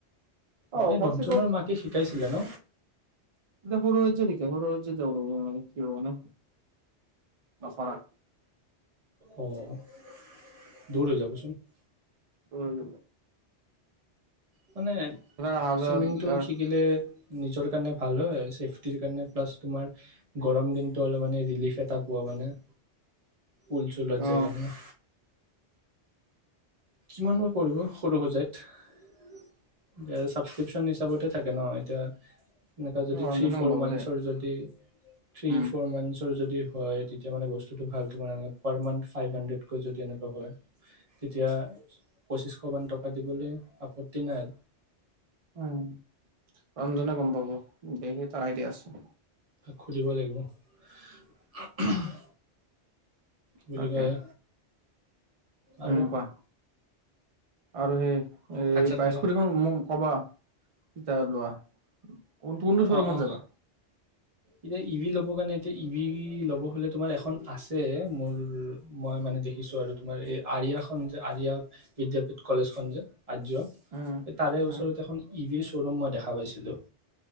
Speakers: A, on the right; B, on the right.
A: অঁ
B: অ এই
A: কছে
B: ৰঞ্জনৰ
A: কত
B: মাকে শিকাইছিলে ন
A: দেখোন <unintelligible> কে স যাব ল কিহৰ কাৰণে অঁফাৰা <unintelligible>
B: অঁ দূৰ হৈ যাব <inaudible> <inaudible>
A: অঁ <inaudible>
B: মানে
A: অহা যোৱা
B: চুইমিংটো
A: দিগদাৰ
B: শিকিলে নিজৰ কাৰণে ভাল হয় ছেফটিৰ কাৰণে প্লাছ তোমাৰ গৰম দিনটো অলপ মানে ৰিলিফ এটা পোৱা মানে পুল চুলত
A: অ
B: যাই কিনে কিমানবোৰ পৰিব সৰু সুজাইত ছাবস্ক্ৰিপশ্যন হিচাপতে থাকে ন এতিয়া এনেকুৱা যদি
A: ৰঞ্জনে
B: থ্ৰী ফ'ৰ
A: গম পাব
B: মানছৰ
A: দে
B: যদি থ্ৰী
A: উম
B: ফ'ৰ মানছৰ যদি হয় তেতিয়া মানে বস্তুটো ভালটো মানে পাৰ মান্থ ফাইভ হাণ্ড্ৰেডকৈ যদি এনেকুৱা হয় তেতিয়া পঁচিছশমান টকা দিবলৈ আপত্তি নাই
A: উম ৰন্জনে গম পাব কৰাই দিয়াচোন
B: ঘুৰিব <unintelligible> কি বুলি
A: তাকে
B: কয় আৰু
A: উম কোৱা আৰু সেই এই
B: ভাত চাত
A: বাই
B: খালা
A: স্কুটি খন মোক নকবা কিতাপ ওলোৱা কোন কোনটো শ্বৰোমত
B: অ অ
A: যাবা
B: এতিয়া ই ভ ল'বৰ কাৰণে এতিয়া ই ভ ল'ব হলে তোমাৰ এখন আছে মোৰ মই মানে দেখিছো আৰু তোমাৰ এই আৰিয়াখন যে আৰিয়া বিদ্যাপীঠ কলেজখন যে আৰ্য
A: উম
B: তাৰে
A: উম
B: ওচৰত এখন ঈদ <unintelligible> শ্বৰোম মই দেখা পাইছিলোঁ